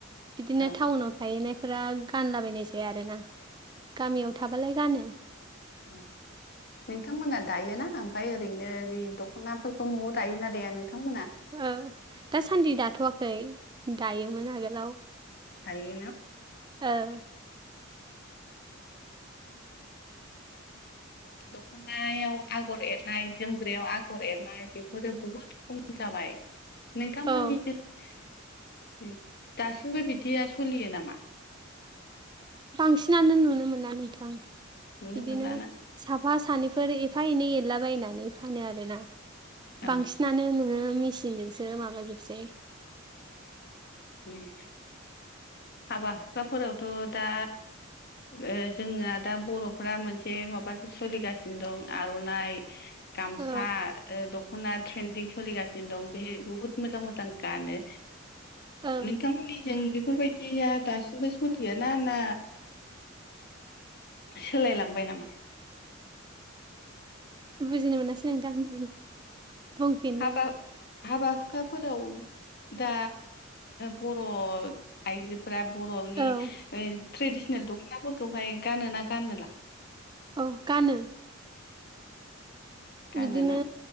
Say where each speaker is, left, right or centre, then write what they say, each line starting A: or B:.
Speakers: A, on the right; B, on the left.
A: बिदिनो
B: औ
A: टाउनाव गायनायफोरा गानलाबायनाय जाया आरोना गामियाव थाबालाय गानो।
B: ओम। नोंथांमोना दायोना ओमफफ्राय ओरैनो बे दख'नाफोरखौ न'आव दायोना दाया नोंथांमोना।
A: ओ दासान्दि दाथ'वाखै दायोमोन आगोलाव।
B: दायोना
A: औ।
B: दखा नायाव आगर एरनाय जोमग्रायाव आगर एरनाय बेफोरो बुहुद खम जाबाय। नोंथांमोननि
A: औ
B: जे दासिमबो बिदिया सलियो नामा?
A: बांसिनानो नुनो मोना नोंथां
B: नुनो
A: बिदिनो
B: मोनलाना
A: साफ फा सानैफोर एफा एनै एरलाबायनानै फानो आरोना
B: औ
A: बांसिनानो नुनो मेसिनजोंसो माबाजोबसै
B: उम। हाबा हुखाफोरावथ' दा ओ जोंना दा बर'फ्रा मोनसे मा माबासो सोलिगासिनो दं आर'नाइ गामसा
A: औ
B: ओ दख'ना ट्रेन्दिं सोलिगासिनो दं बे बुहुत मोजां मोजां गानो।
A: औ
B: नोंथांमोननि जों बेफोरबायदि दिया दासिमबो सलियाना ना सोलायलांबाय नामा?
A: बुजिनो मोनासै नोंथां बुंफिनलाय।
B: हाबा हाबा हुखाफोराव दा बर' आइजो फ्रा बर'नि
A: औ
B: ओ ट्रेडिसिनेल दख'नाफोरखौहाय गानोना गानोला?
A: औ गानो।
B: गानोना
A: बिदिनो